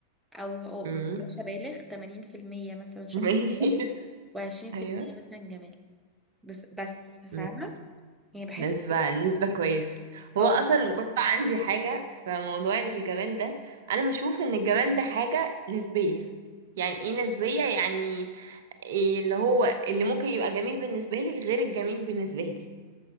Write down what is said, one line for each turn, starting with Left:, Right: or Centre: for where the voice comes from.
Centre: أو أو
Right: مم.
Centre: مش أبالغ تمانين في المية مثلا شخصية
Right: ماشي <laughs>
Centre: وعشرين في
Right: ايوه
Centre: المية مثلا جمال بس بس فاهمة
Right: ماشي
Centre: يعني بحس
Right: نسبة
Centre: كده
Right: نسبة كويسة
Centre: اه
Right: هو اصلا برضه عندي حاجة في موضوع الجمال ده انا بشوف ان الجمال ده حاجة نسبية يعني ايه نسبية يعني إيه اللي هو اللي ممكن يبقى جميل بالنسبة لي غير الجميل بالنسبة لي